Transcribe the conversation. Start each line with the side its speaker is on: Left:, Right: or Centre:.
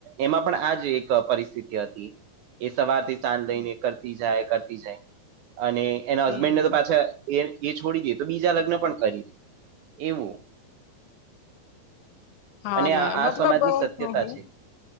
Right: એમાં પણ આજ એ પરિસ્થિતિ હતી એ સવારથી સાંજ લઈને કરતી જાય કરતી જાય અને. એના
Left: હમ
Right: હસબેન્ડ ને તો પાછા એ છોડી દે તો બીજા લગ્ન પણ કરી. એવું.
Left: હા
Right: અને
Left: ને
Right: આ આ
Left: મતલબ
Right: સમાજની
Left: હ
Right: સત્યતા
Left: હ
Right: છે